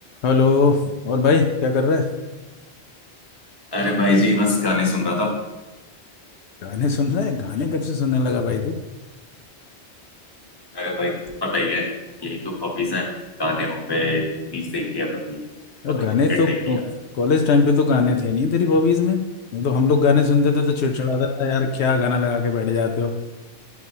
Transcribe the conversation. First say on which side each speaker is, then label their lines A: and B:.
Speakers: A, on the left; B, on the left.
A: Hello और भाई क्या कर रहा है
B: अरे भाई जी बस गाने सुन रहा था
A: गाने सुन रहा है गाने कब से सुनने लगा भाई तू
B: अरे भाई पता ही है यही तो हॉबीज हैं गाने हो गए मूवीज देख लिया कभी
A: अ,
B: कभी
A: गाने
B: क्रिकेट
A: तो
B: देख लिया
A: कॉलेज टाइम पे तो गाने थे नहीं तेरी हॉबीज में नहीं तो हम लोग गाने सुनते थे तो चिड़चिड़ाता था यार क्या गाना लगा के बैठ जाते हो